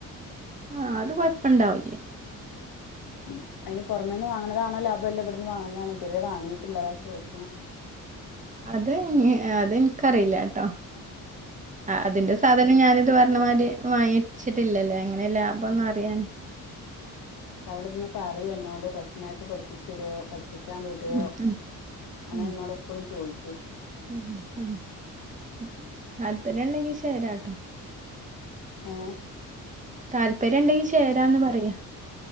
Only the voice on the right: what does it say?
ആ അത് കൊഴപ്പ ഇണ്ടാവില്ലേ
അത് അത് എനിക്കറിയില്ല ട്ടോ അതിന്റെ സാധ അ ഞാനിത് പറഞ്ഞ മാതിരി വാങ്ങിച്ചിട്ടില്ലല്ലേ അങ്ങനെ ലാഭം ഒന്നും അറിയാന്
ഉം
ഉം
ഉം ഉം, ഉം. താല്പര്യം ഉണ്ടെങ്കി ചേരാട്ടോ
താല്പര്യം ഉണ്ടെങ്കി ചേരാന്ന് പറയാ